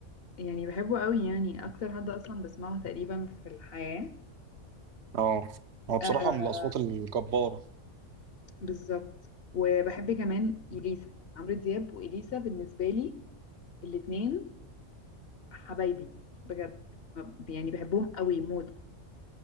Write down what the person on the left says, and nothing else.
يعني بحبه قوي يعني أكتر حد أصلا بسمعه تقريبا في الحياة
آه
بالظبط وبحب كمان إليسا يعني عمرو دياب وإليسا بالنسبة لي الاتنين حبايبي بجد ب- يعني بحبهم قوي موت